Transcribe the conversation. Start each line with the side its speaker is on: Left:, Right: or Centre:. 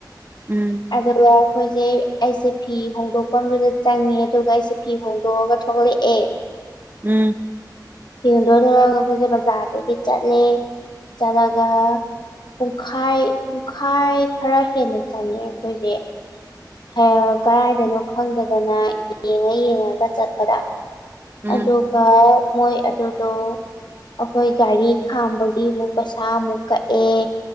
Right: ꯎꯝ
Left: ꯑꯗꯨꯒ ꯑꯩꯈꯣꯏꯁꯦ ꯑꯩꯁꯦ ꯐꯤ ꯍꯣꯡꯗꯣꯛꯄꯝꯗꯨꯗ ꯆꯪꯉꯦ ꯑꯗꯨꯒ ꯑꯩꯁꯦ ꯐꯤ ꯍꯣꯡꯗꯣꯛꯑꯒ ꯊꯣꯛꯂꯛꯑꯦ <unintelligible>
Right: ꯎꯝ
Left: ꯐꯤꯍꯣꯛꯗꯣꯛ ꯊꯣꯛꯂꯛꯑꯒ ꯑꯩꯈꯣꯏꯁꯦ ꯕꯖꯥꯔꯗꯒꯤ ꯆꯠꯂꯦ ꯆꯠꯂ ꯑꯗꯨꯒ ꯄꯨꯡꯈꯥꯏ ꯄꯨꯡꯈꯥꯏ ꯈꯔ ꯍꯦꯟꯅ ꯆꯪꯉꯦ ꯑꯩꯈꯣꯏꯁꯦ ꯑ ꯀꯗꯥꯥꯏꯗꯅꯣ ꯈꯪꯗꯗꯅ ꯌꯦꯡꯉ ꯌꯦꯡꯉꯒ ꯆꯠꯄꯗ
Right: ꯎꯝ
Left: ꯑꯗꯨꯒ ꯃꯣꯏ ꯑꯗꯨꯗꯣ ꯑꯩꯈꯣꯏ ꯒꯥꯔꯤ ꯈꯥꯝꯕꯒꯤ ꯑꯃꯨꯛ ꯄꯩꯁꯥꯃꯨꯛ ꯀꯛꯑꯦ